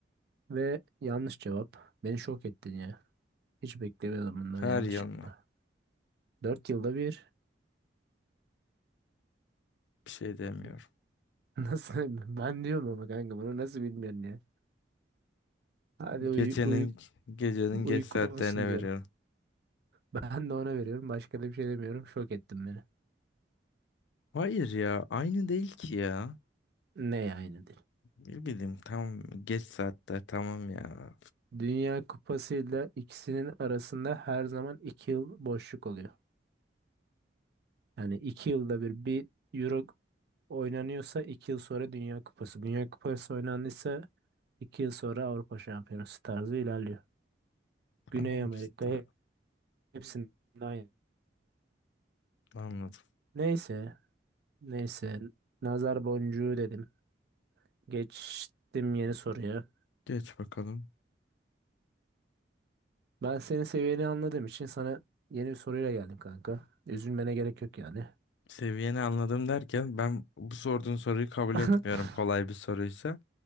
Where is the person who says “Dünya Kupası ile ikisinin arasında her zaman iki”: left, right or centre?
Right